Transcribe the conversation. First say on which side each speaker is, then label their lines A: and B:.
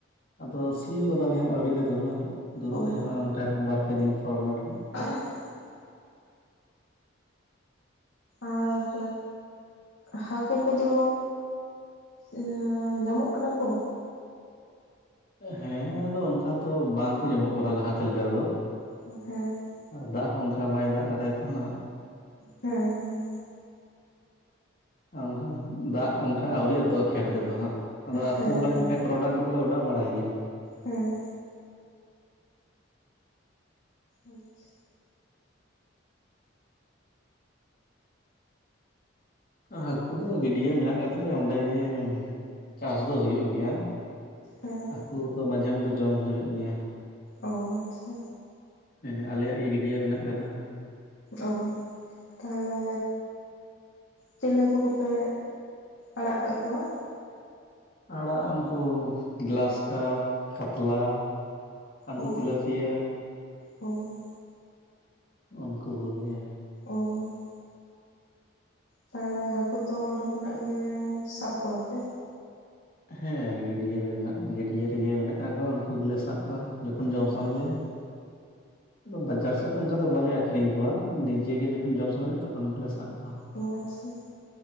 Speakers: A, on the left; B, on the left.
A: ᱟᱫᱚ ᱥᱤᱭ ᱜᱚᱫᱟᱞᱮ ᱦᱟᱸᱜ ᱟᱹᱣᱨᱤ ᱞᱮ ᱫᱩᱨᱟᱹᱜᱼᱟ ᱦᱟᱸᱜ ᱫᱩᱨᱟᱹᱜ
B: ᱚ
A: ᱦᱩᱭᱩᱜᱼᱟ ᱚᱱᱠᱟ ᱵᱟᱨ ᱯᱮ ᱫᱤᱱ ᱯᱚᱨ ᱜᱟᱱ ᱦᱟᱸᱜ᱾
B: <unintelligible> ᱟᱨ ᱦᱟᱹᱠᱩ ᱠᱚᱫᱚ ᱤᱭᱟᱹ ᱧᱟᱢᱚᱜ ᱠᱟᱱᱟ ᱠᱚ?
A: ᱦᱮᱸ ᱟᱫᱚ ᱚᱱᱠᱟ ᱫᱚ ᱵᱟᱝᱠᱚ ᱧᱟᱢᱚᱜ ᱠᱟᱱᱟ ᱞᱟᱦᱟᱛᱮ ᱞᱮᱠᱟ ᱛᱮᱫᱚ᱾
B: <unintelligible>
A: ᱟᱨ ᱫᱟᱜ ᱦᱚᱸ ᱚᱱᱠᱟ ᱵᱟᱭ ᱫᱟᱜ ᱠᱟᱫᱟᱭ ᱛᱚᱦᱟᱸ᱾
B: ᱦᱮᱸ ᱦᱮᱸ
A: ᱟᱨ ᱚᱱᱠᱟ ᱫᱟᱜ ᱚᱱᱠᱟ ᱟᱹᱣᱨᱤ ᱟᱹᱛᱩᱜ-ᱟ ᱠᱷᱮᱛ ᱨᱮᱫᱚ ᱦᱟᱸᱜ ᱟᱫᱚ ᱟᱹᱛᱩ
B: ᱦᱮᱸ
A: ᱵᱟᱲᱟᱭ
B: ᱦᱮᱸ
A: ᱞᱮᱠᱷᱟᱡ ᱴᱨᱚᱰᱟᱝ ᱠᱚ <unintelligible> ᱚᱰᱟ ᱵᱟᱲᱟᱭ ᱜᱮᱭᱟ
B: ᱦᱮᱸ ᱟᱪᱪᱷᱟ
A: ᱦᱟᱹᱠᱩ ᱫᱚ ᱜᱟᱹᱰᱭᱟᱹ ᱢᱮᱱᱟᱜ ᱠᱟᱫᱛᱟᱞᱮᱭᱟ ᱚᱸᱰᱮ ᱜᱮ ᱪᱟᱥ ᱫᱚ ᱦᱩᱭᱩᱜ ᱜᱮᱭᱟ
B: ᱦᱮᱸ
A: ᱦᱟᱠᱩ ᱫᱚ ᱢᱟᱡᱷᱮ ᱢᱚᱫᱽᱷᱮ ᱡᱚᱢ ᱦᱩᱭᱩᱜ ᱜᱮᱭᱟ
B: ᱚ ᱟᱪᱪᱷᱟ
A: ᱦᱮᱸ ᱟᱞᱮᱭᱟᱜ ᱜᱮ ᱜᱤᱰᱭᱟᱹ ᱢᱮᱱᱟᱜ ᱠᱟᱫᱟ
B: ᱚ ᱛᱟᱦᱟᱞᱮ ᱪᱤᱞᱤ ᱦᱟᱹᱠᱩ ᱠᱚᱯᱮ ᱟᱲᱟᱜ ᱠᱟᱫ ᱠᱚᱣᱟ
A: ᱟᱲᱟᱜ ᱩᱱᱠᱩ ᱜᱞᱟᱥ ᱠᱟᱯ ᱠᱟᱛᱞᱟ ᱟᱸᱠᱩ
B: ᱚ
A: ᱛᱤᱞᱟᱹᱯᱤᱭᱟ
B: ᱚ <unintelligible>
A: ᱩᱱᱠᱩ ᱠᱚᱜᱮ᱾
B: ᱚ <unintelligible> ᱛᱟᱦᱟᱞᱮ ᱦᱟᱹᱠᱩ ᱫᱚ ᱚᱸᱰᱮ ᱠᱷᱚᱱᱟᱜ ᱜᱮ ᱥᱟᱵ ᱠᱚᱣᱟᱯᱮ?
A: ᱦᱮᱸ ᱜᱟᱹᱰᱭᱟᱹ ᱨᱮᱱᱟᱜ ᱜᱟᱹᱰᱭᱟᱹ ᱨᱮᱜᱮ ᱢᱮᱱᱟᱜ ᱠᱟᱫ ᱠᱚᱣᱟ ᱩᱱᱠᱩ ᱜᱮᱞᱮ ᱥᱟᱵ ᱠᱚᱣᱟ ᱡᱚᱠᱷᱚᱱ ᱡᱚᱢ
B: ᱚ
A: ᱥᱟᱱᱟ
B: ᱟᱪᱪᱷᱟ
A: ᱞᱮᱭᱟ᱾ ᱟᱫᱚ ᱵᱟᱡᱟᱨ ᱥᱮᱫ ᱫᱚ ᱚᱱᱠᱟ ᱫᱚ ᱵᱟᱞᱮ ᱟᱠᱷᱨᱤᱧ ᱠᱚᱣᱟ ᱱᱤᱡᱮᱜ ᱜᱮ ᱡᱚᱠᱷᱚᱱ ᱡᱚᱢ ᱥᱟᱱᱟ ᱞᱮᱭᱟ ᱛᱚᱠᱷᱚᱱ ᱜᱮᱞᱮ ᱥᱟᱵ ᱠᱚᱣᱟ᱾
B: ᱚᱻ ᱟᱪᱪᱷᱟ᱾